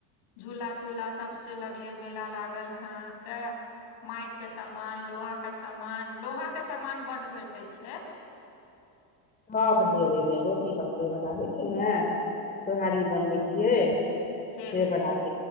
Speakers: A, on the left; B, on the left.
A: झूला-तूला सबसे लगले मेला लागल हें अहाँके। मेएट के समान, लोहा का समान, लोहा के समान बड भेटै छै।
B: थब लेब एबेर रोटी पकबै वला होय छै नै। सोहारी बनबै छियै।
A: से लेब
B: बला
A: अहाँ